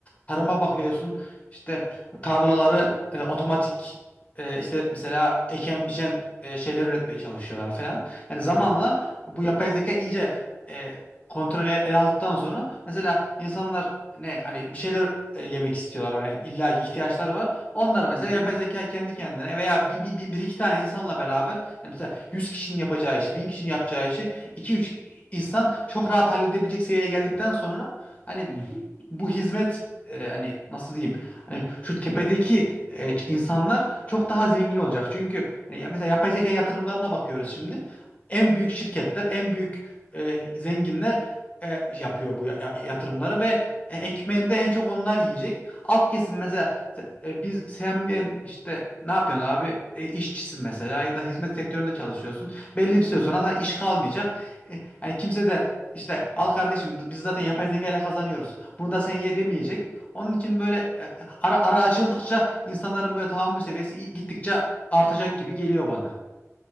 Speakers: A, on the left; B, on the right.
A: tarıma bakıyorsun işte tarlaları e, otomatik e, işte mesela eken biçen e, şeyler üretmeye çalışıyorlar falan. Yani zamanla
B: Evet.
A: bu yapay zeka iyice e, kontrol ele aldıktan sonra mesela insanlar ne hani bir şeyler e, yemek istiyorlar hani illaki ihtiyaçları var. Onları mesela
B: Hı
A: yapay
B: hı.
A: zeka kendi kendine veya bir, bir, bir, bir iki tane insanla beraber hani mesela 100 kişinin yapacağı işi, 1000 kişinin yapacağı işi iki üç insan çok rahat halledebilecek seviyeye geldikten sonra hani
B: Hı hı.
A: bu hizmet e, hani nasıl diyeyim hani şu tepedeki e, ç- insanlar çok daha zengin olacak. Çünkü e, ya mesela yapay zeka yatırımlarına bakıyoruz şimdi. En büyük şirketler, en büyük e, zenginler e, yapıyor bu ya- ya- yatırımları ve e, ekmeğinde en çok onlar yiyecek. Alt kesim mesela se- e, biz sen ben işte ne yapıyorsun abi? E, işçisin mesela ya da hizmet sektöründe çalışıyorsun. Belli bir süre sonra sana iş kalmayacak. E, yani kimse de işte al kardeşim biz zaten yapay zeka ile kazanıyoruz. Bunu da sen ye demeyecek. Onun için böyle e, ara ara açıldıkça insanların böyle tahammül seviyesi i- gittikçe artacak gibi geliyor bana.